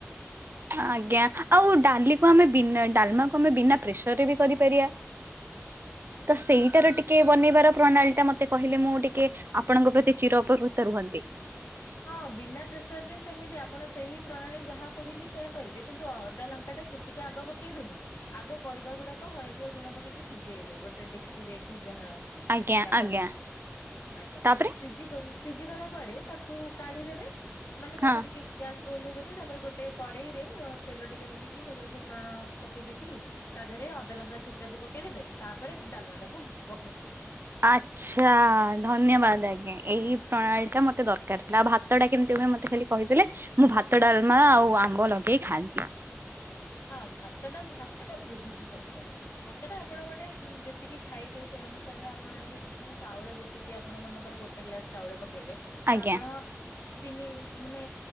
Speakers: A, on the right; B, on the left.
A: ଆଜ୍ଞା ଆଉ ଡାଲିକୁ ଆମେ ବିନା ଡାଲମାକୁ ଆମେ ବିନା ପ୍ରେସର ରେ ବି କରିପାରିବା। ତ ସେଇଟାର
B: ଡାଲ
A: ଟିକେ ଟିକେ ବନେଇବାର ପ୍ରଣାଳୀ ଟା ମତେ କହିଲେ ମୁଁ ଟିକେ ଆପଣଙ୍କ ପ୍ରତି ଚିର ଉପକୃତ ରୁହନ୍ତି।
B: ହଁ ବିନା ପ୍ରେସର ରେ ସେମିତି ଆପଣ ସେହି ପ୍ରଣାଳୀ ଯାହା କହିଲି ସେୟଆ କରିବେ କିନ୍ତୁ ଅଦା ଲଙ୍କା ଟା ଛେଚିକି ଆଗ ପକେଇବେନି। ଆଗ ପରିବା ଗୁଡାକ ହଳଦୀ ଓ ଲୁଣ ପକେଇକି ସିଝେଇବେ ଗୋଟେ ଡେକଚି ରେ କି ଯାହା।
A: ଆଜ୍ଞା
B: ବାସନ
A: ଆଜ୍ଞା
B: ରେ ଆଜ୍ଞା
A: ତାପରେ
B: ଶିଜି ଗ ସିଜି ଗଲା ପରେ ତାକୁ କାଢିଦେବେ ମାନେ ତାକୁ
A: ହଁ।
B: ଟିକେ ଗ୍ୟାସ ରୁ ଓହ୍ଲେଇ ଦେବେ ତାପରେ ଗୋଟେ କରେଇରେ ତେଲ ଟିକେ ପକେଇକି ତା ଦେହରେ ଫୁଟଣ ପକେଇ ଦେଇକି ତା ଦେହରେ ଅଦା ଲଙ୍କା ଛେଚା କୁ ପକେଇଦେବେ ତାପରେ ଡାଲମାଟା କୁ ବଘାରିଦେବେ।
A: ଆଚ୍ଛା ଧନ୍ୟବାଦ ଆଜ୍ଞା ଏଇ ପ୍ରଣାଳୀ ଟା ମତେ ଦରକାର ଥିଲା ଆଉ ଭାତ ଭାତ ଟା କେମିତି ହୁଏ ମତେ ଖାଲି କହିଦଲେ ମୁଁ ଭାତ ଡାଲମା ଆଉ ଆମ୍ବ ଲଗେଇ ଖାଆନ୍ତି।
B: ହଁ ଭାତଟା ଭାତ ଟା ବହୁତୁ ସହଜ। ଭାତ ଟା ଆପଣ ଗୋଟେ ଯେତିକି ଖାଇବେ ସେଇ ଅନୁସାରେ ଆପଣ ଟିକେ ମାନେ ଚାଉଳ ଯେତିକି ଆପଣ ମନେଙ୍କର ଗୋଟେ ଗ୍ଲାସ ଚାଉଳ ପକେଇବେ ତ
A: ଆଜ୍ଞା।
B: ଆପଣ ତିନି ମାନେ